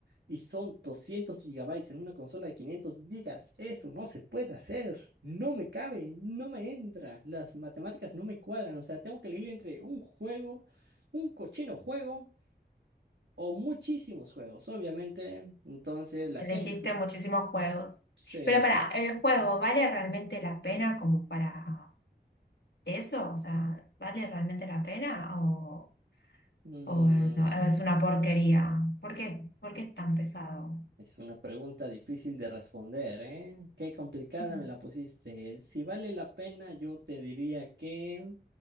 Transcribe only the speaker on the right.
Y son 200 gigabytes en una consola de 500 gigas. Eso no se puede hacer. No me cabe, no me entra. Las matemáticas no me cuadran. O sea, tengo que elegir entre un juego, un cochino juego o muchísimos juegos, obviamente. Entonces, la
gente
se...
se-
mm,
es una pregunta difícil de responder, ¿eh? Qué complicada
me la pusiste. Si vale la pena, yo te diría que...